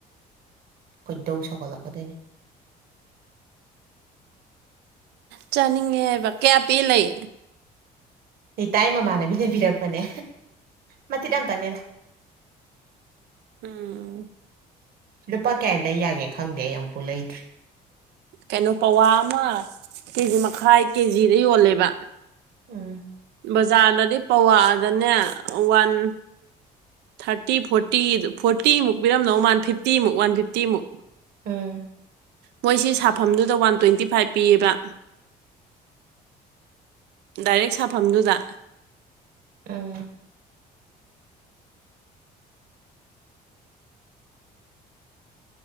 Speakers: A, on the right; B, on the right.
A: ꯈꯣꯏ ꯗꯧ ꯁꯧꯒꯠꯂꯛꯀꯗꯣꯏꯅꯤ
B: ꯆꯥꯅꯤꯡꯉꯦ ꯍꯥꯏꯕ ꯀꯌꯥ ꯄꯤ ꯂꯩ
A: ꯔꯤꯇꯥꯏ ꯃꯃꯥꯟꯅꯕꯤꯅ ꯄꯤꯔꯛꯄꯅꯦ ꯃꯇꯤꯠ ꯑꯝ ꯇꯪꯅꯦꯗ
B: ꯎꯝ
A: ꯂꯨꯄꯥ ꯀꯌꯥꯏ ꯂꯩ ꯌꯥꯒꯦ ꯈꯪꯗꯦ ꯑꯩ ꯑꯃꯨꯐꯥꯎ ꯂꯩꯗ꯭ꯔꯤ
B: ꯀꯩꯅꯣ ꯄꯋꯥ ꯑꯃ ꯀꯦꯖꯤ ꯃꯈꯥꯏ ꯀꯦꯖꯤꯗ ꯌꯣꯜꯂꯦꯕ
A: ꯎꯝ
B: ꯕꯖꯥꯔꯗꯗꯤ ꯄꯋꯥꯗꯅꯦ ꯋꯥꯟ ꯊꯥꯔꯇꯤ ꯐꯣꯔꯇꯤ ꯐꯣꯔꯇꯤꯃꯨꯛ ꯄꯤꯔꯝꯗꯧ ꯃꯥꯜ ꯐꯤꯐꯇꯤꯃꯨꯛ ꯋꯥꯟ ꯐꯤꯐꯇꯤꯃꯨꯛ
A: ꯎꯝ
B: ꯃꯣꯏꯁꯤ ꯁꯥꯐꯝꯗꯨꯗ ꯋꯥꯟ ꯇ꯭ꯋꯦꯟꯇꯤ ꯐꯥꯏꯚ ꯄꯤꯌꯦꯕ ꯗꯥꯏꯔꯦꯛ ꯁꯥꯐꯝꯗꯨꯗ
A: ꯎꯝ